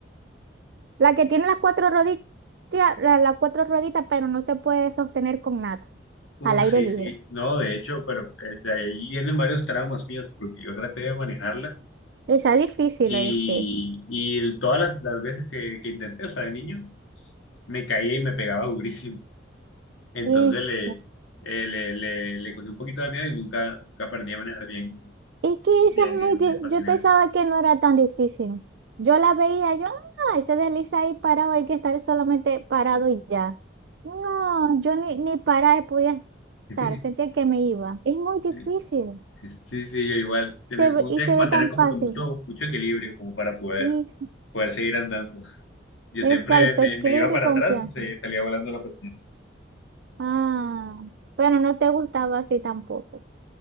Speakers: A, on the right (about 65°); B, on the left (about 85°).
A: La que tiene las cuatro rodillas, la- las cuatro rueditas, pero no se puede sostener con nada,
B: Uh,
A: al aire
B: sí,
A: libre.
B: sí, no, de hecho, pero eh, de ahí vienen varios traumas míos, porque yo traté de manejarla
A: Esa es difícil,
B: y,
A: ¿oíste?
B: y el- todas las, las veces que, que intenté, o sea, de niño, me caía y me pegaba durísimo. Entonces
A: Es,
B: le, eh, le, le, le cogí un poquito de miedo y nunca, nunca aprendí a manejar bien,
A: es que
B: bien
A: esa es
B: en,
A: muy... di-
B: en patineta.
A: Yo pensaba que no era tan difícil. Yo la veía, yo, ah, se desliza ahí parado, hay que estar solamente parado y ya. No, yo ni, ni parada podía
B: <laughs>
A: estar, sentía que me iba. Es muy difícil
B: Sí, sí, sí, yo igual.
A: se
B: Tiene, uno
A: ve- y
B: tiene
A: se
B: que mantener
A: ve tan
B: como
A: fácil.
B: que mucho, mucho equilibrio como para poder,
A: Y-
B: poder seguir andando. Yo
A: exacto,
B: siempre me,
A: equilibrio
B: me iba para
A: y confianza.
B: atrás y se, salía volando la patineta.
A: Ah, bueno no te gustaba así tampoco,